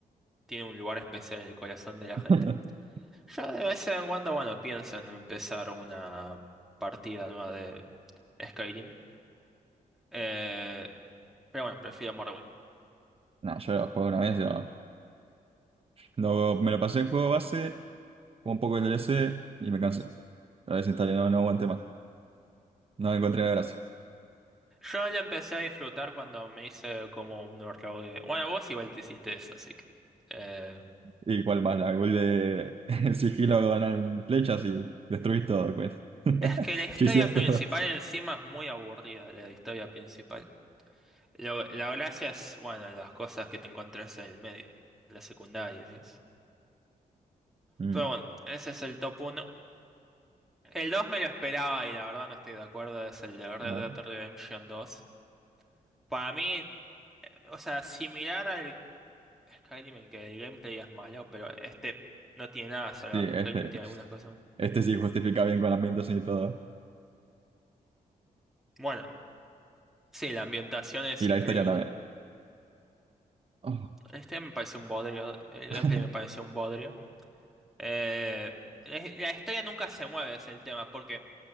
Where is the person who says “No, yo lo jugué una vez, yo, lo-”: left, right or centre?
Right